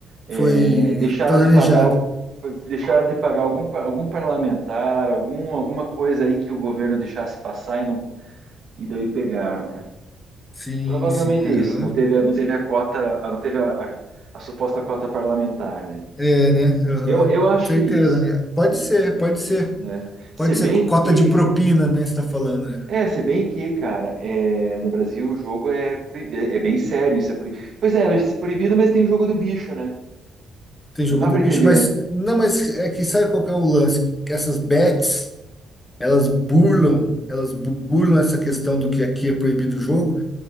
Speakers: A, on the right (about 60°); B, on the left (about 15°).
A: é,
B: foi
A: deixaram
B: planejado.
A: de pagar, o- foi- deixaram de pagar algum, pa- algum parlamentar, algum, alguma coisa aí que o governo deixasse passar e, não, e daí pegaram, cara.
B: Sim,
A: Provavelmente
B: sim, aham.
A: é isso. Não teve, não teve a cota, a- não teve a, a- a suposta cota parlamentar, né?
B: É, né? Aham.
A: Eu, eu acho
B: Certeza,
A: que é isso,
B: né? Pode ser, pode ser.
A: né? Se
B: Pode
A: bem
B: ser cota
A: que,
B: de propina, né? Você tá falando, né?
A: é, se bem que, cara, é, no Brasil o jogo é, proibi- é bem sério, isso é proibido. Pois é, é proibido, mas tem o jogo do bicho, né?
B: Tem jogo
A: Não dá
B: do
A: para
B: bicho,
A: entender.
B: mas não, mas é que sabe qual que é o lance? Que Essas bets. Elas burlam, elas burlam essa questão do que aqui é proibido o jogo,